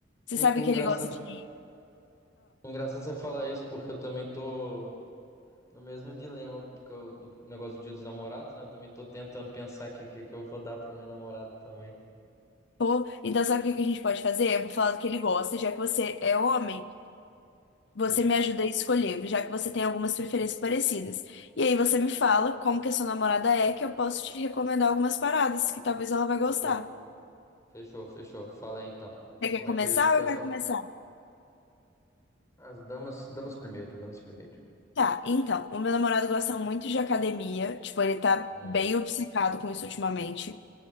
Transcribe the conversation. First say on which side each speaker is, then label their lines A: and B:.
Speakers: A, on the left; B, on the left.
A: você
B: en-
A: sabe
B: engraçado,
A: que ele gosta de.
B: engraçado você falar isso, porque eu também tô no mesmo dilema, porque eu, do negócio do Dia dos Namorados, né? Eu também tô tentando pensar aqui o que, que que eu vou dar pra minha namorada também.
A: Pô, então sabe o que que a gente pode fazer? Eu vou falar do que ele gosta, já que você é homem, você
B: Hum,
A: me ajuda a escolher, já que você tem algumas preferências parecidas. E aí você me fala como que a sua namorada é, que eu posso te recomendar algumas paradas que talvez ela vai gostar.
B: fechou, fechou, fechou. Fala aí então.
A: Você quer
B: Como
A: começar
B: é que ele que
A: ou
B: é
A: eu
B: a
A: quero
B: sua...
A: começar?
B: As damas, damas primeiro, damas primeiro.
A: Tá, então, o meu namorado gosta muito de academia, tipo, ele tá
B: Hum,
A: bem obcecado com isso ultimamente.